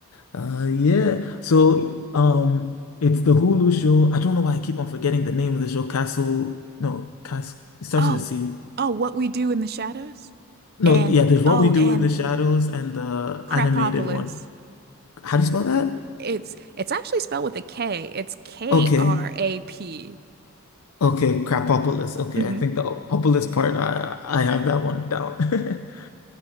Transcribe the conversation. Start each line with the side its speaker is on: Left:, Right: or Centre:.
Left: Uh, yeah. So, um, it's the Hulu show. I don't know why I keep on forgetting the name of the show. Castle. No, Cast. It starts
Right: Oh,
Left: with a C.
Right: oh, What We Do in the Shadows,
Left: No,
Right: and
Left: yeah. There's What
Right: oh,
Left: We Do
Right: and
Left: in the Shadows and the
Right: Crapopolis.
Left: animated one. How do you spell that?
Right: It's it's actually spelled with a K. It's K
Left: Okay.
Right: R A P.
Left: Okay. Crapopolis. Okay.
Right: Mhm.
Left: I think the opolis part. I I have that one down. <laughs>